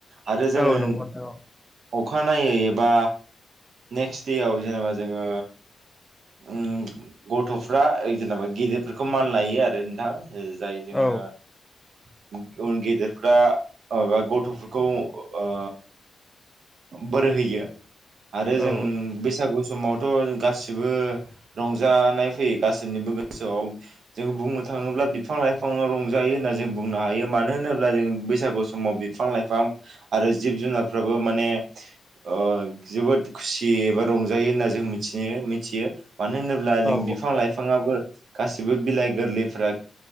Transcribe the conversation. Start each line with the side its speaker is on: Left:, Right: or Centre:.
Right: आरो जोङो
Centre: औ नंगौ दे अ
Right: अखानायै एबा नेक्स्ट देयाव‌ जेनेबा जोङो उ गथ'फ्रा जेनेबा गिदिरफोरखौ मान लायो आरो नोंथां जाय जोङो
Centre: औ
Right: उ गेदेरफोरा बा गथ'फोरखौ ओ बोर होयो आरो
Centre: औ
Right: जों बैसागु समावथ' गासिबो रंजानाय फैयो गासिनिबो गोसोआव जों बुंनो थाङोब्ला बिफां लाइफाङाव रंजायो होनना जों बुंनो हायो मानो होनोब्ला जों बैसागु समाव बिफां लाइफां आरो जिब जुनारफ्राबो माने ओ जोबोद खुसि एबा रंजायो होनना जों मिथिनो मिथियो मानो होनोब्ला जों
Centre: औ
Right: बिफां लाइफाङाबो गासिबो बिलाइ गोरलैफ्रा